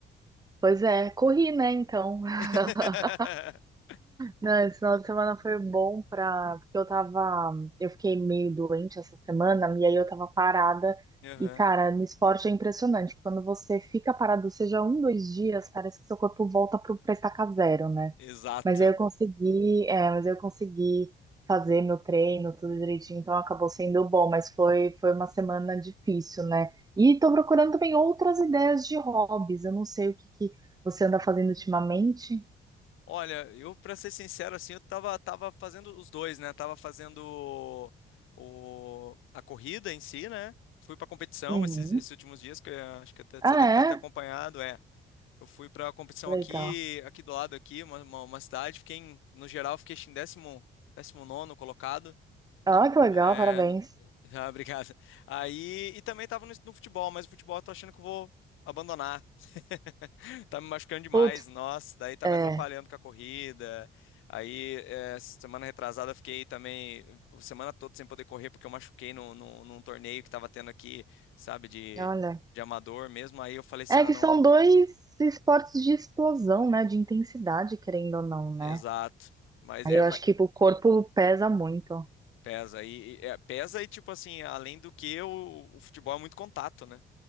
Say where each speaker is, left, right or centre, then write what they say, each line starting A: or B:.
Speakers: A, on the right (about 20°); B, on the left (about 85°).
A: Pois é, corri, né, então. <laughs>
B: <laughs>
A: Não, esse final de semana foi bom pra. Porque eu tava. Eu fiquei meio doente essa semana, e aí eu tava parada.
B: Aham,
A: E, cara, no esporte é impressionante. Quando você fica parado, seja um, dois dias, parece que seu corpo volta pro, pra estaca zero, né?
B: Exato.
A: Mas aí eu consegui. É, mas aí eu consegui fazer meu treino, tudo direitinho, então acabou sendo bom. Mas foi, foi uma semana difícil, né? E tô procurando também outras ideias de hobbies. Eu não sei o que que você anda fazendo ultimamente.
B: Olha, eu pra ser sincero assim, eu tava tava fazendo os dois, né? Tava fazendo o, a corrida em si, né? Fui pra competição
A: Uhum.
B: esses, esses últimos dias que eh, acho que até-
A: Ah,
B: você deve
A: é?
B: ter até acompanhado, é. Eu fui pra competição
A: Legal.
B: aqui aqui do lado aqui, uma, uma, uma cidade, fiquei em- no geral fiquei acho que em décimo décimo nono colocado.
A: Ah, que legal,
B: É,
A: parabéns.
B: n- <laughs> ah, obrigado. Aí e também tava no, no futebol, mas o futebol eu tô achando que eu vou abandonar. <laughs> tá me machucando demais,
A: Putz,
B: nossa, daí tá
A: é,
B: me atrapalhando com a corrida. Aí, é, semana retrasada, eu fiquei também, semana toda sem poder correr, porque eu machuquei num, num, num torneio que tava tendo aqui, sabe, de,
A: olha.
B: de amador mesmo. Aí eu falei assim,
A: É
B: ah,
A: que
B: não,
A: são dois esportes de explosão, né? De intensidade, querendo ou não, né?
B: exato. Mas
A: Aí
B: é,
A: eu
B: mas
A: acho que o corpo pesa muito.
B: pesa e e- é, pesa e, tipo assim, além do que, o, o futebol é muito contato, né?